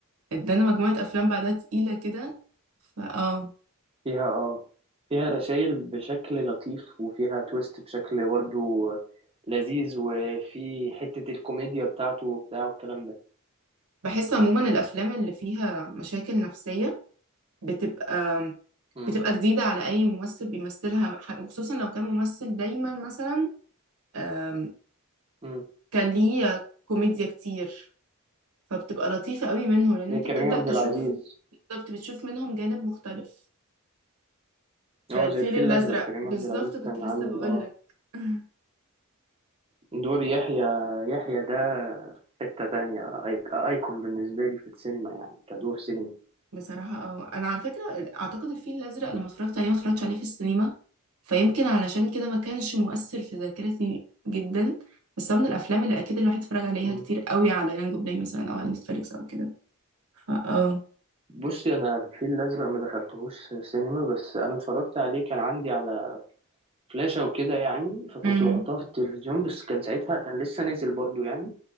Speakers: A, on the right (about 80°); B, on the right (about 25°).
A: ادانا مجموعة افلام بعدها تقيلة كده فاه
B: فيها اه فيها رسائل بشكل لطيف وفيها تويست بشكل برضه لذيذ وفي حتة الكوميديا بتاعته وبتاع والكلام ده
A: بحس عموما الافلام اللي فيها مشاكل نفسيه بتبقى
B: امم
A: بتبقى جديده على اي ممثل بيمثلها ح- خصوصا لو كان ممثل دايما مثلا آم،
B: امم
A: كان ليه كوميديا كتير فبتبقى لطيفه قوي منهم لان
B: زي
A: انت
B: كريم
A: بتبدا
B: عبد
A: تشوف
B: العزيز
A: بالظبط بتشوف منهم جانب مختلف فالفيل
B: هو زي الفيل
A: الازرق
B: الأزرق كريم
A: بالظبط
B: عبد العزيز
A: كنت
B: كان
A: لسه
B: عامل
A: بقول
B: اه
A: لك <laughs>
B: دور يحيى يحيى ده في حتة تانية أيك- أيكون بالنسبة لي في السينما يعني كدور سينما
A: بصراحة اه انا على فكرة اعتقد الفيل الازرق لما اتفرجت عليه ما اتفرجتش عليه في السينما فيمكن علشان كده ما كانش مؤثر في ذاكرتي جدا بس هو من الافلام اللي اكيد الواحد اتفرج عليها
B: مم.
A: كتير قوي على يانجو بلاي مثلا او على نتفليكس او كده فا اه
B: بصي أنا الفيل الأزرق ما دخلتهوش سينما بس أنا اتفرجت عليه كان عندي على فلاشة وكده يعني فكنت
A: امم
B: بحطها في التلفزيون بس كان ساعتها كان لسه نازل برضو يعني